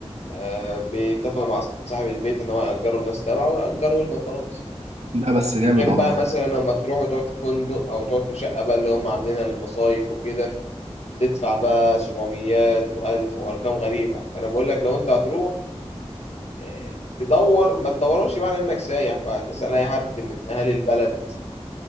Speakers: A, on the left; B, on the right.
A: آه، بيتفق مع صاحب البيت ان هو يأجره الناس تبعه ويأجره لنا وخلاص
B: ده بس جامد
A: غير
B: والله
A: بقى مثلا لما تروح وتقعد في فندق او تقعد في شقة بقى اللي هم عاملينها للمصايف وكده تدفع بقى 700 و1000 وارقام غريبة فانا بقول لك لو انت هتروح آه، تدور ما تدورش بقى على انك سايح بقى تسأل اي حد من اهالي البلد